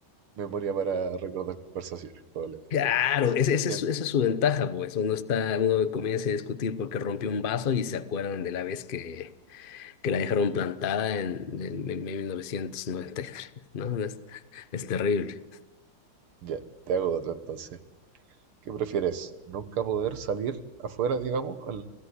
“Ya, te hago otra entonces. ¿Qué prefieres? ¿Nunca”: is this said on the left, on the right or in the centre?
Right